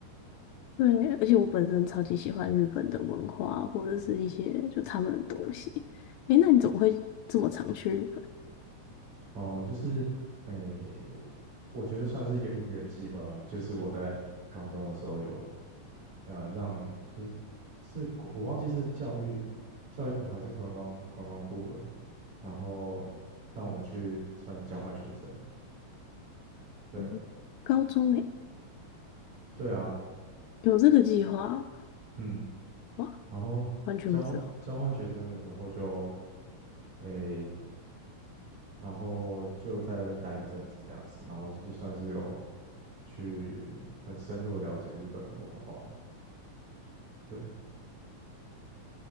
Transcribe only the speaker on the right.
哦，就是诶，我觉得算是一个因缘际会吧，就是我在高中的时候有呃让就是是我忘记是教育教育部还是观光观光部了，然后让我们去算是交换学生，对
对啊，
嗯，
然后交换交换学生的时候就
诶，然后就在那边待了一阵子这样子，然后也算是有去很深入的了解日本的文化，对，